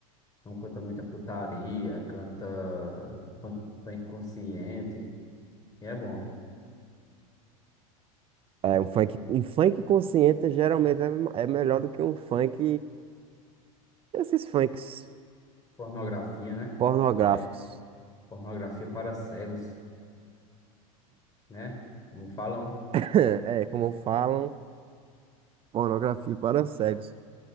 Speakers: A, on the left (about 20°); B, on the right (about 30°).
A: não canta muita putaria, canta punk, punk consciente. E é bom.
B: É, um funk, um funk consciente geralmente é, é melhor do que um funk Esses funks
A: Pornografia, né?
B: pornográficos.
A: Que é pornografia para cegos, né? Como falam.
B: <laughs> É, como falam, pornografia para cegos.